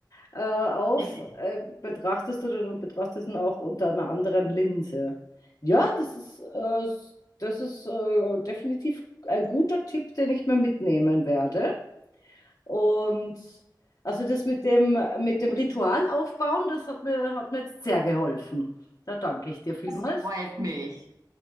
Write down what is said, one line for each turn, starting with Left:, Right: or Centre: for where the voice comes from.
Left: äh, auf,
Right: Richtig.
Left: äh, betrachtest du den und betrachtest ihn auch unter einer anderen Linse. Ja, das ist, äh, das ist äh, definitiv ein guter Tipp, den ich mir mitnehmen werde. Und also das mit dem, mit dem Ritual aufbauen, das hat mir, hat mir jetzt sehr geholfen. Da danke ich dir vielmals.
Right: Das freut mich.